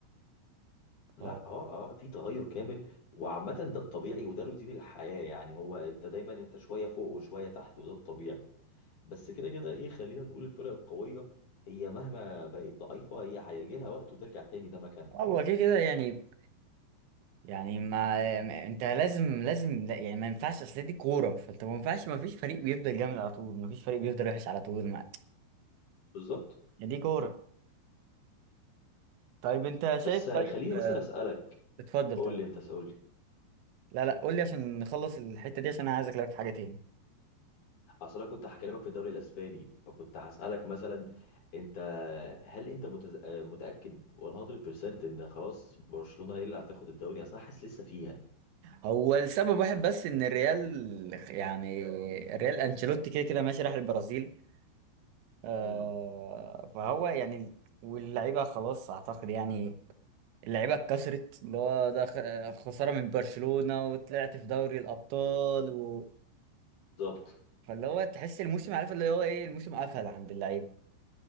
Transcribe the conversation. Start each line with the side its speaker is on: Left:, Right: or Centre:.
Left: لا
Right: اه
Left: اه اه في تغير كامل وعامة ده الطبيعي وده روتين الحياة يعني هو انت دايما انت شوية فوق وشوية تحت وده الطبيعي بس كده كده ايه خلينا نقول الفرق القوية هي مهما بقت ضعيفة هي هيجي لها وقت وترجع تاني ده مكانها
Right: هو كده كده يعني يعني ما ما- انت لازم لازم لا يعني ما ينفعش اصل دي كوره فانت ما ينفعش ما فيش فريق بيفضل جامد على طول ما فيش فريق بيفضل وحش على طول ما
Left: بالظبط
Right: يعني دي كوره طيب انت
Left: بس
Right: شايف
Left: خليني
Right: طيب آه،
Left: مثلا اسألك
Right: اتفضل
Left: قول
Right: طيب
Left: لي انت اسأل لي
Right: لا لا قول لي عشان نخلص الحته دي عشان انا عايز اكلمك في حاجه تاني
Left: اصل انا كنت هكلمك في الدوري الاسباني فكنت هسألك مثلا انت هل انت متز... آه، متأكد 100% ان خلاص برشلونة هي اللي هتاخد الدوري اصل انا حاسس لسه فيها
Right: هو السبب واحد بس ان الريال يعني الريال انشيلوتي كده كده ماشي راح البرازيل آه
Left: امم
Right: فهو يعني واللعيبه خلاص اعتقد يعني اللعيبه اتكسرت اللي هو ده خ- خساره من برشلونه وطلعت في دوري الابطال و...
Left: بالظبط
Right: فاللي هو تحس الموسم عارف اللي هو ايه الموسم قفل عند اللعيبه